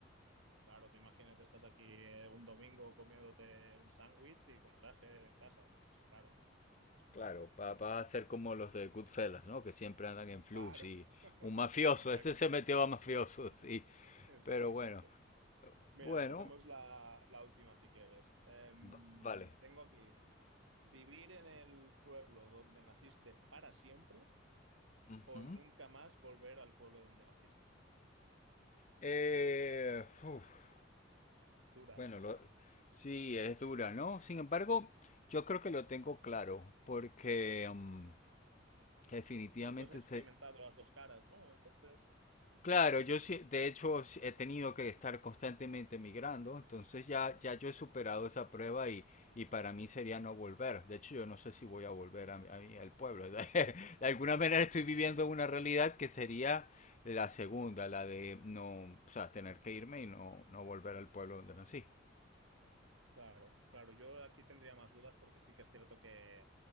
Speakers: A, on the right; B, on the left.
A: claro, tú imagínate, estás aquí eh, un domingo comiéndote un sándwich y con traje en casa. Pues, Claro,
B: Claro, va, va a ser como los de Goodfellas, ¿no? Que siempre andan en flux
A: claro,
B: y un mafioso,
A: <laughs>
B: <laughs> este
A: exacto.
B: se metió a mafioso, sí.
A: Exacto,
B: Pero bueno,
A: exacto. Mira,
B: bueno,
A: hacemos la, la última si quieres. Em,
B: va- vale.
A: tengo aquí, ¿vivir en el pueblo donde naciste para siempre
B: Ujú.
A: o nunca más volver al pueblo donde naciste?
B: Eh, uf,
A: Dura
B: bueno,
A: esta.
B: lo- sí, es dura, ¿no? Sin embargo, yo creo que lo tengo claro, porque mm, definitivamente
A: Bueno, tú has experimentado
B: se,
A: las dos caras, ¿no? Entonces,
B: Claro, yo sí- de hecho sí he tenido que estar constantemente migrando, entonces ya, ya yo he superado esa prueba y, y para mí sería no volver. De hecho, yo no sé si voy a volver a, mi- a mi- al pueblo. <laughs> De alguna manera estoy viviendo
A: vale.
B: una realidad que sería la segunda, la de no, o sea, tener que irme y no, no volver al pueblo donde nací.
A: Claro, claro, yo aquí tendría más dudas porque sí que es cierto que